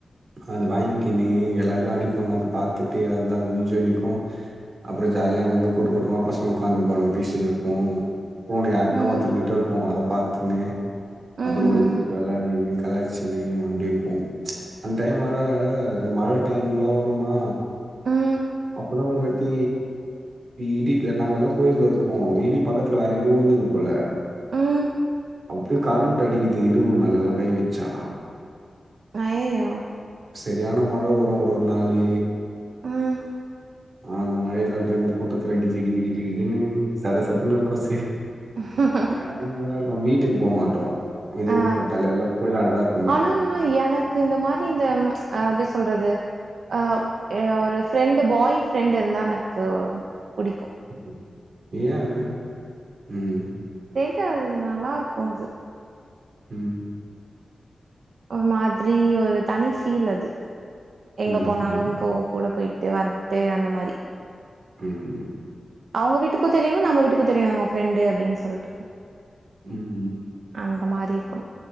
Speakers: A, on the right (about 55°); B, on the right (about 75°).
A: அது வாங்கிக்கினு எல்லார் ரு அடிப்பாங்க அத பாத்துட்டு அந்தாள் முஞ்சநிக்கு அப்றோ ஜாலியா அங்கங்கே கூட்டு கூட்டமா பசங்க உட்காந்துகுணுவாங்க பேசினு இருப்போ ஃபோனு யாருட்னா
B: ம் ம்
A: ஒருத்தருக்கிட்ட இருக்கு அத பாத்துனு
B: ம்
A: அப்புறோ ஓடிபுச் வெளாடினு கலாச்சின்னு அப்டி இருப்போ அந்த டைம் வேற மழ டைம்லா வருமா
B: ம்
A: அப்பதா ஒரு வாத்தி இடி நாங்க எல்லா கோயில்ல இருக்கோ இடி பக்கத்துல வேற எங்கயயோ உழுந்தது போல
B: ம்
A: அப்டியே கரண்ட் அடிக்கிது இரும்பு மேலல்லா கை வச்சா
B: அய்யய்யோ
A: சரியான மழ வரு ஒரு ஒரு நாளு
B: ம்
A: ஆஹ் அந்த மழ இல்லாடி அந்த கூட்டத்தில கிஜி கிஜி கிஜி கிஜினு சத சத இருக்கு சே
B: ஹ்ம்ம் ஹ்ம்ம் ஹ
A: அதும் நல்லா இருக்கும் வீட்டுக்கு போமாட்டோ இதுவு
B: ஆ
A: போட்டாலே எல்லா கோயிலாண்ட தா இருக்
B: ஆனா எனக்கு இந்த மாரி இந்த அஹ் எப்டி சொல்றது அப் அ ஒரு ஃப்ரெண்டு பாய் ஃப்ரெண்டு இருந்தா எனக்கு பிடிக்கு
A: ம் ஏன் அது உம்
B: தெர்ல அதுது நல்லா இருக்கு அது
A: ம்
B: ஒரு மாதிரி ஒரு தனி ஃபீல் அது எங்க
A: ம்ஹும்
B: போனாலு போ கூட போயிட்டு வர்றது அந்த மாரி
A: ம்
B: அவுங்க வீட்டுக்கு தெரியனு நம்ம வீட்டுக்கு தெரியனு இவுங்க ஃப்ரெண்டு அப்டினு சொல்ட்டு
A: ம்
B: அந்த மாரி இருக்கணு